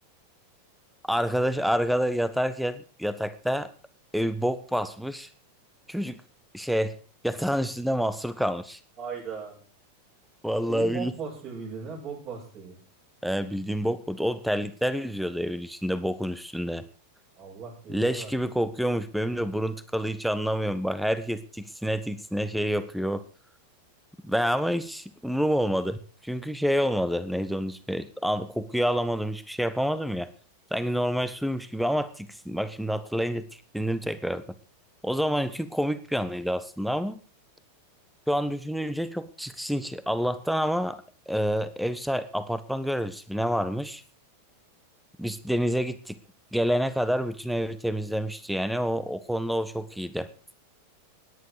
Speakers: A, in the centre; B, on the right.
A: Arkadaş arkada yatarken yatakta evi bok basmış. Çocuk şey yatağın üstünde mahsur kalmış.
B: Hayda.
A: Vallahi
B: Evi bok
A: billahi.
B: basıyor bildiğin ha. Bok bastı evi.
A: Ee, bildiğin bok mu? O terlikler yüzüyordu evin içinde bokun üstünde.
B: Allah cezanı
A: Leş
B: versin.
A: gibi kokuyormuş. Benim de burun tıkalı hiç anlamıyorum. Bak herkes tiksine tiksine şey yapıyor. Ben ama hiç umurum olmadı. Çünkü şey olmadı. Neydi onun ismi? Al- Kokuyu alamadım. Hiçbir şey yapamadım ya. Sanki normal suymuş gibi ama tiksin. Bak şimdi hatırlayınca tiksindim tekrardan. O zaman için komik bir anıydı aslında ama şu an düşününce çok tiksinç. Allah'tan ama e, ev sahibi, apartman görevlisi mi ne varmış? Biz denize gittik. Gelene kadar bütün evi temizlemişti yani. O, o konuda o çok iyiydi.